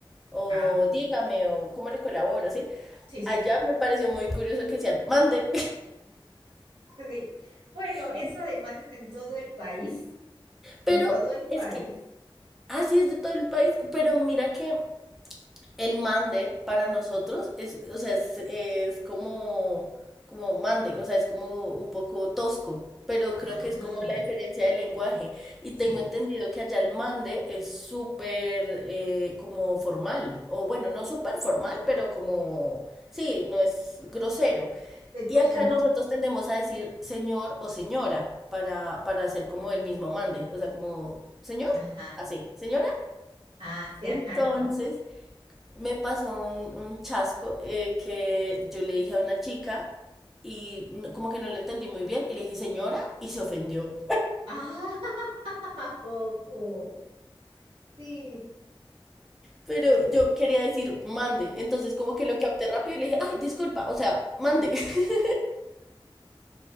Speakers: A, in the centre; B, on the right.
A: o
B: Ah,
A: dígame, o cómo le colaboro, ¿sí?
B: sí, sí,
A: Allá me pareció muy curioso que decían, mande.
B: Sí. Bueno,
A: <laughs>
B: eso además es en todo el país, en
A: Pero
B: todo el país.
A: es que así es de todo el país, pero mira que el mande para nosotros es, o sea, es, es como, como mande, o sea, es como un poco tosco, pero creo
B: Ah,
A: que es como la diferencia del lenguaje. Y
B: sí.
A: tengo entendido que allá el mande es súper eh, como formal, o bueno, no súper formal, pero como, sí, no es grosero.
B: Respetuosa,
A: Y acá
B: no.
A: nosotros tendemos a decir señor o señora para, para hacer como el mismo mande, o sea, como señor,
B: Ajá.
A: así, señora.
B: Ah, Sí,
A: Entonces
B: acá no.
A: me pasó un, un chasco eh, que yo le dije a una chica y no- como que no lo entendí muy bien y le dije señora y se ofendió.
B: Ah, <laughs> ¿a poco. Sí,
A: Pero
B: sí.
A: yo quería decir mande, entonces como que lo capté rápido y le dije, ay, disculpa, o sea, mande. <laughs>